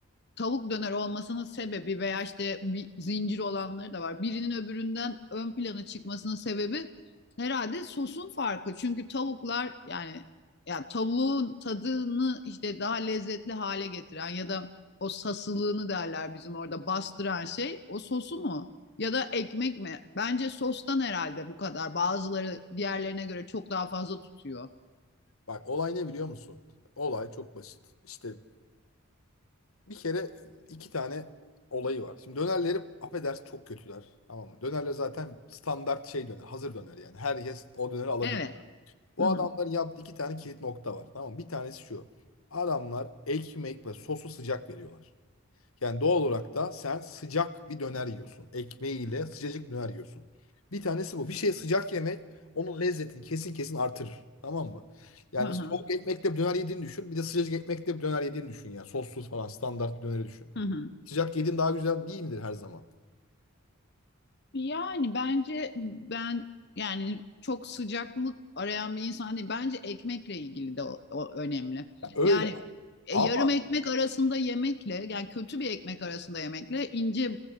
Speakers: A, on the left (about 50°); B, on the left (about 80°).
A: tavuk döner olmasının sebebi veya işte bir zincir olanları da var. Birinin öbüründen ön plana çıkmasının sebebi herhalde sosun farkı. Çünkü tavuklar yani ya tavuğun tadını işte daha lezzetli hale getiren ya da o sasılığını derler bizim orada bastıran şey o sosu mu? Ya da ekmek mi? Bence sostan herhalde bu kadar. Bazıları diğerlerine göre çok daha fazla tutuyor.
B: Bak olay ne biliyor musun? Olay çok basit. İşte bir kere iki tane olayı var. Şimdi dönerleri affedersin çok kötüler. Tamam mı? Dönerler zaten standart şey döner. Hazır döner yani. Herkes o döneri alabilir.
A: Evet.
B: Bu
A: Hı hı.
B: adamların yaptığı iki tane kilit nokta var. Tamam mı? Bir tanesi şu. Adamlar ekmek ve sosu sıcak veriyorlar. Yani doğal olarak da sen sıcak bir döner yiyorsun. Ekmeğiyle sıcacık bir döner yiyorsun. Bir tanesi bu. Bir şey sıcak yemek onun lezzetini kesin kesin artırır. Tamam mı? Yani
A: Hı hı.
B: mesela soğuk ekmekte bir döner yediğini düşün. Bir de sıcacık ekmekte bir döner yediğini düşün. Yani sossuz falan standart bir döneri düşün.
A: Hı hı.
B: Sıcak yediğin daha güzel değil midir her zaman?
A: Yani bence ben yani çok sıcaklık arayan bir insan değil. Bence ekmekle ilgili de o, o önemli.
B: Ya öyle.
A: Yani e,
B: Ama
A: yarım ekmek arasında yemekle yani kötü bir ekmek arasında yemekle ince